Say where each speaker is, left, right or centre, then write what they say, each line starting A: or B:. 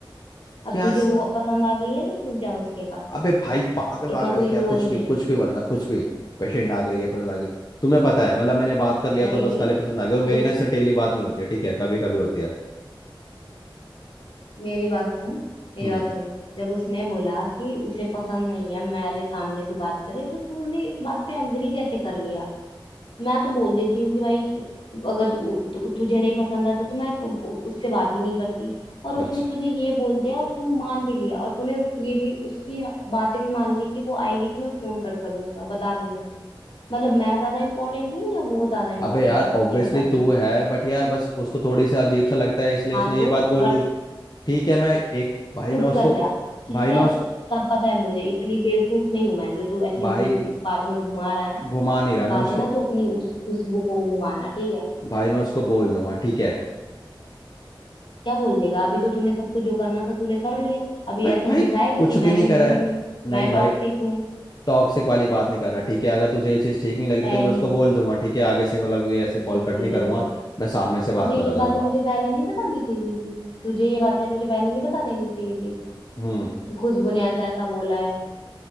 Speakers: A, on the left; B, on the left.
A: क्या
B: अब तुझे
A: स-
B: वो पसंद आ गई है तो तू जा उसके पास
A: अबे भाई पागल
B: इतना
A: वागल
B: कोई
A: है क्या
B: वो
A: कुछ
B: नहीं
A: भी
B: है
A: कुछ भी मतलब कुछ भी पेशेंट आ गई ये पसंद आ गई तुम्हें पता है मतलब मैंने बात कर लिया
B: नहीं
A: तो बस खाली पसंद आ गई और मेरी
B: जब
A: ना इससे डेली बात नहीं होती है ठीक है कभी कभी होती है
B: मेरी बात सुन मेरी
A: हम्म
B: बात सुन जब उसने बोला कि उसे पसंद नहीं है मेरे सामने तू बात करे तो तूने इस बात पे अग्री कैसे कर लिया मैं तो बोल देती हूँ कि भाई तु, अगर तु, तु, तुझे नहीं पसंद आता तो मैं क- उससे बात ही नहीं करती और
A: अच्छा
B: उसने तुझे ये बोल दिया और तूने मान भी लिया और तूने ये भी उसकी बातें भी मान ली कि वो आएगी तो मैं फोन कट कर दूंगा बता दूंगा मतलब मैं ज्यादा इम्पोर्टेंट हूँ या वो ज्यादा इम्पोर्टेंट
A: अबे यार
B: है
A: ऑब्वियसली
B: ये बता दे
A: तू
B: बस
A: है
B: तू
A: बट यार बस उसको थोड़ी सी अजीब सा लगता है इसलिए
B: हाँ
A: उसने ये
B: तो
A: बात बोल
B: बट
A: दी ठीक है मैं एक भाई
B: चुप
A: मैं उसको
B: कर जा ठीक
A: भाई
B: है
A: मैं उसको
B: सब पता है मुझे इतनी बेवकूफ नहीं हूं मैं जो तू ऐसे
A: भाई
B: मुझे बातों में घुमा रहा है ना
A: घुमा नहीं रहा
B: ये बात
A: मैं उसको
B: है ना तो अपनी उस खुशबू को घुमाना ठीक है
A: भाई मैं उसको बोल दूंगा ठीक है
B: क्या बोल देगा अभी तो तूने सब कुछ जो करना था तूने कर लिया अभी
A: बे
B: ऐसा
A: भाई
B: दिखाएगा
A: कुछ
B: कि
A: भी
B: मैं
A: नहीं
B: ही
A: करा
B: बुरी
A: है
B: हूँ मैं
A: नहीं
B: टॉक्सिक
A: भाई
B: हूँ
A: टॉक्सिक वाली बात नहीं कर रहा ठीक है अगर तुझे ये चीज़ ठीक नहीं लग रही
B: है
A: तो मैं
B: ही
A: उसको बोल दूंगा ठीक है आगे से मतलब ये ऐसे कॉल
B: ठीक
A: कट
B: नहीं
A: नहीं
B: लग
A: करूंगा
B: रही है
A: मैं सामने से
B: तुझे
A: बात करा
B: ये
A: करूंगा
B: बातें मुझे पहले नहीं बतानी चाहिए थी तुझे ये बातें मुझे पहले नहीं बता देनी चाहिए थी
A: हम्म
B: कि खुशबू ने ऐसा ऐसा बोला है